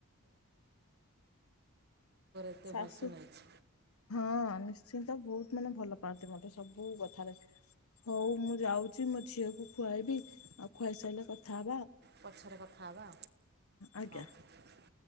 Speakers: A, on the right (about 50°); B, on the left (about 80°).
A: ଏତେ
B: ସାଶୁ
A: ଭଲସେ ମିଳିଛି
B: ହଁ ସେନ୍ତେ ତ ବହୁତ ମାନେ ଭଲ ପାଆନ୍ତି ମତେ ସବୁ କଥାରେ ହଉ ମୁଁ ଯାଉଛି ମୋ ଝିଅକୁ ଖୁଆଇବି ଆଉ ଖୁଆଇ ସାରିଲେ କଥା ହେବି।
A: ପଛରେ କଥା ହେବା
B: ଆଜ୍ଞା।
A: ଆଉ ହଉ।